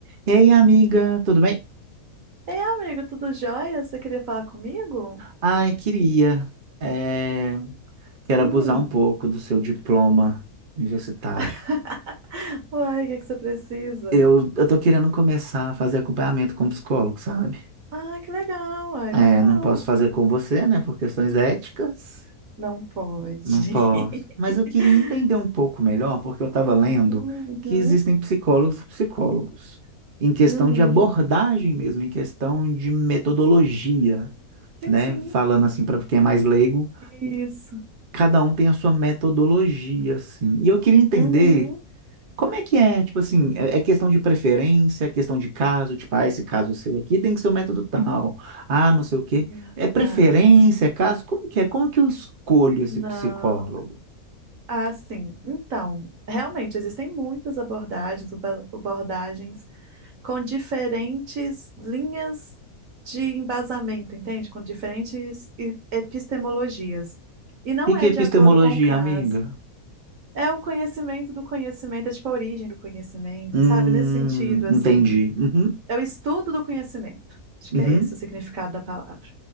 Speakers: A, on the right; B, on the right.
A: Ei, amiga, tudo bem?
B: Ei, amigo, tudo jóia? Você queria falar comigo?
A: Ai, queria. eh, quero
B: Hum.
A: abusar um pouco do seu diploma universitário.
B: <laughs> Uai, o que que você precisa?
A: Eu, eu tô querendo começar a fazer acompanhamento com psicólogo, sabe?
B: Ah, que legal, uai,
A: É,
B: bacana.
A: não posso fazer com você, né, por questões éticas.
B: Não pode.
A: Não posso.
B: <laughs>
A: Mas eu queria entender um pouco melhor, porque eu estava lendo
B: Uhum,
A: que existem psicólogos e psicólogos, em questão
B: uhum.
A: de abordagem mesmo, em questão de metodologia,
B: Sim,
A: né?
B: sim.
A: Falando assim para quem é mais leigo.
B: Isso.
A: cada um tem a sua metodologia, assim. E eu queria entender
B: Uhum.
A: como é que é, tipo assim, é, é questão de preferência, é questão de caso, tipo, ah, esse caso seu aqui tem que ser o método tal, ah, não sei o
B: Ah,
A: quê. É preferência,
B: Tá.
A: é caso? Como que é? Como que eu escolho esse
B: Não.
A: psicólogo?
B: Ah, sim. Então, realmente, existem muitas abordagens, uba- abordagens com diferentes linhas de embasamento, entende? Com diferentes e- epistemologias. E não
A: E
B: é
A: que é
B: de
A: epistemologia,
B: acordo com o caso.
A: amiga?
B: É o conhecimento do conhecimento, é tipo a origem do conhecimento,
A: Hum,
B: sabe? Nesse sentido, assim,
A: entendi. Uhum,
B: é o estudo do conhecimento. Acho
A: uhum,
B: que é esse o significado da palavra.